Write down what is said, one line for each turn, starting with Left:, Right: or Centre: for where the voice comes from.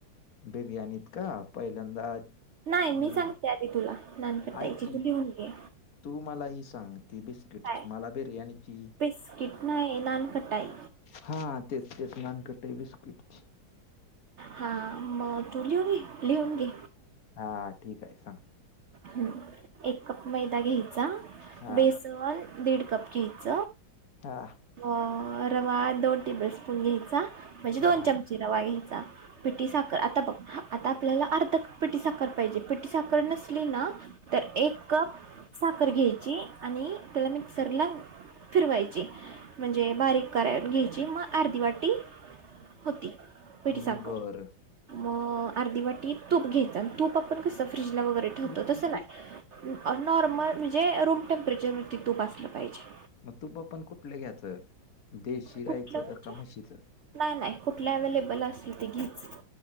Left: बिर्याणीत का पहिल्यांदा
Right: नाही मी
Left: अं,
Right: सांगते आधी तुला नंतर पाहिजे,
Left: ऐक की
Right: तू लिहून घे
Left: तू मला ही सांग ती बिस्किटची,
Right: काय
Left: मला बिर्याणीची
Right: बिस्किट नाही नानकटाई
Left: हा तेच तेच नानकटाई बिस्किटची
Right: हा म तू लिहून <unintelligible> लिहून घे
Left: हा ठीक आय सांग
Right: हम्म एक कप मैदा घ्यायचा,
Left: हा
Right: बेसन दीड कप घ्यायच,
Left: हा
Right: म रवा दोन टेबल स्पून घ्याय चा म्हणजे
Left: हा
Right: दोन चमचे रवा घ्यायचा, पिटी साखर आता बघ हा आता आपल्याला अर्ध क पिटी साखर पाहिजे, पिटी साखर नस् ली ना तर एक कप साखर घ्यायची आणि त्याला मिक्सरला फिरवायची म्हणजे बारीक करायन घ्यायची, मग अर्धी वाटी होती. पिठी
Left: हम्म,
Right: साखर,
Left: बरं
Right: म अर्धी वाटी तूप घ्यायचं, अन तूप आपण कस फ्रीजला व ठेवतो
Left: हम्म,
Right: तस नाही,
Left: तू
Right: अ नॉर्मल म्हणजे रूम टेम्परेचरवरती तूप असलं पाहिजे.
Left: मग तूप पण कुठलं घ्याचं? देशी गायचं
Right: कुठलं म्हणजे
Left: क का म्हशीचं?
Right: नाही नाही कुठल्या अवेलेबेल असेल ते घ्यायचं.